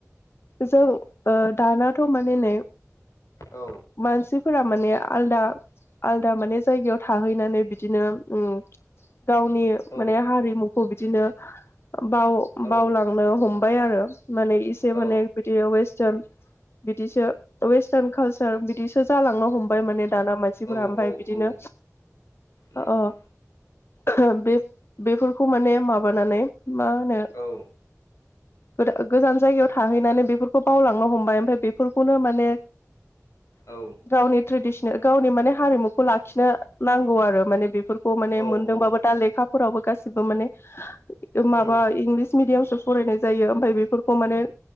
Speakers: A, on the left; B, on the left.
A: जों ओ दानाथ' माने नै
B: औ
A: मानसिफोरा माने आलदा आलदा माने जायगायाव थाहैनानै बिदिनो उम गावनि
B: औ
A: माने हारिमुखौ बिदिनो बाव
B: औ
A: बावलांनो हम बाय आरो माने इसे माने
B: औ
A: बिद वेस्टान बिदिसो वेस्टान खाल सार बिदिसो जालांनो हम बाय माने दाना मानसिफोरा
B: औ
A: ओमफाय
B: औ
A: बिदिनो
B: औ नंगौ
A: ओ बेफ बेफोरखौ माने माबानानै मा होनो
B: औ
A: गोर गोजान जायगायाव थाहैनानै बेफोरखौ बावलांनो हमबाय ओमफाय बेफोरखौनो माने
B: औ
A: गावनि ट्रेडिसने गावनि माने हारिमुखौ लाखिनो नांगौ आरो माने बेफोर खौ माने
B: औ
A: मोनदोंबाबो
B: औ
A: दा लेखाफोरावबो गासिबो माने माबा
B: ओ
A: इंलिस मिडियाम सो फरायनाय जायो ओमफाय बेफोरखौ माने